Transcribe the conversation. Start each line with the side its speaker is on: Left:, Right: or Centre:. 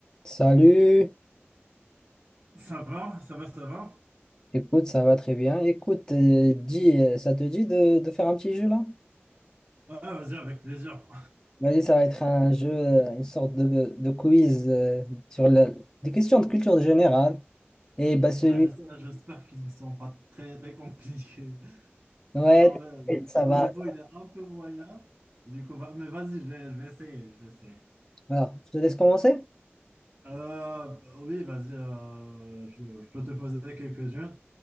Left: Salut,
Right: Ça va, ça va, ça va.
Left: écoute, ça va très bien. Écoute, euh, dis, euh, ça te dit de, de faire un petit jeu là?
Right: Ouais, vas-y, avec plaisir.
Left: Vas-y, ça va être un jeu, euh, une sorte de, de quiz euh, sur la- des questions de culture générale. Et bah celui,
Right: Ah, j'es- ah, J'espère qu'ils ne sont pas très, très compliqués.
Left: ouais,
Right: Quand même,
Left: t'inquiète, ça
Right: mon
Left: va.
Right: niveau, il est un peu moyen. Du coup, va- mais vas-y, je vais, je vais essayer, je vais essayer.
Left: Voilà, je te laisse commencer?
Right: Euh, oui, vas-y, euh, je, je peux te poser quelques-unes.